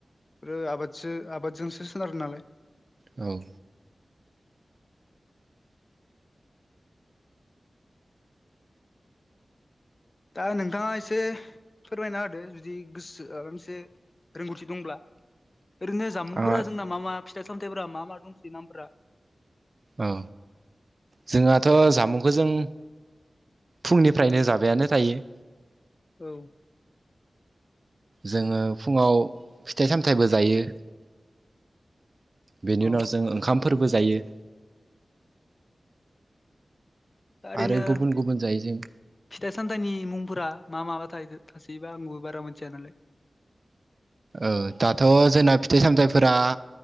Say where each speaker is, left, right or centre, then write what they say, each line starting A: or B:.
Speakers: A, on the left; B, on the right.
A: आरो आबादसो आबादजोंसो सोनारो नालाय।
B: औ
A: दा नोंथाङा एसे फोरमायना होदो जुदि गोसो माबा मोनसे रोंगौथि दंब्ला। ओरैनो जामुंफोरा
B: आंहा
A: जोंना मा मा फिथाइ सामथायाइफोरा मा मा दंसै नामफोरा?
B: औ जोंहाथ' जामुंखौ जों फुंनिफ्रायनो जाबायानो थायो।
A: औ।
B: जोङो फुङाव फिथाइ सामथायाइबो जायो। बेनि
A: अ
B: उनाव जों ओंखामफोरबो जायो।
A: दा ओरैनो
B: आरो गुबुन गुबुन जायो जों।
A: फिथाइ सामथाइनि मुंफोरा मा माबा थायो थासैबा आंबो बारा मिथिया नालाय।
B: औ दाथ' जोंना फिथाइ सामथाइफोरा